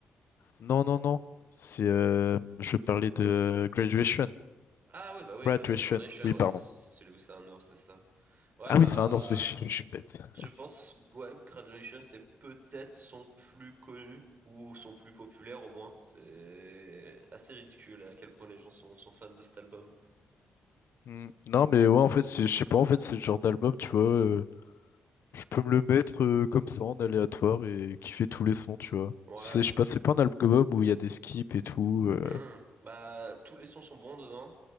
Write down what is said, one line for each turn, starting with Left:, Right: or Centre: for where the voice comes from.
Left: Non, non, non, c'est. euh, Je parlais de Graduation.
Right: Ah oui, bah oui,
Left: Graduation,
Right: Red Red Nation,
Left: oui,
Right: ouais,
Left: pardon.
Right: c'est c'est celui où c'est un ours, c'est ça. Ouais,
Left: Ah
Right: bah...
Left: oui, c'est un danseur, <laughs> je, je suis bête.
Right: Je
Left: <laughs>
Right: pense, ouais, Graduation, c'est peut-être son plus connu ou son plus populaire au moins. C'est assez ridicule à quel point les gens sont, sont fans de cet album.
Left: Hmm. Non, mais ouais, en fait, c'est- je sais pas, en fait, c'est le genre d'album, tu vois. euh, je peux me le mettre euh, comme ça, en aléatoire, et kiffer tous les sons, tu vois.
Right: Ouais.
Left: C'est, je sais pas, c'est pas un album où il y a des skips et tout. euh.
Right: Hmm. Bah, tous les sons sont bons dedans.